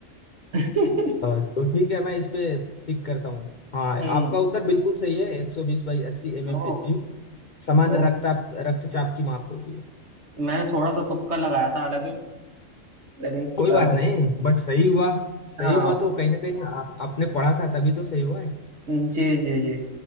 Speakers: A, on the right; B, on the left.
A: <laughs>
B: अ, तो ठीक है मैं इस पे टिक करता हूँ हाँ
A: हम्म
B: आपका उत्तर बिल्कुल सही है एक सौ बीस बाई अस्सी एम एम
A: ओ,
B: एच जी सामान्य
A: ओ
B: रक्ताप रक्तचाप की माप होती है
A: मैंने थोड़ा सा तुक्का लगाया था हालांकि लेकिन
B: कोई
A: चलो
B: बात नहीं बट सही हुआ सही
A: हाँ
B: हुआ तो कहीं ना कहीं आ, आपने पढ़ा था तभी तो सही हुआ है
A: जी जी जी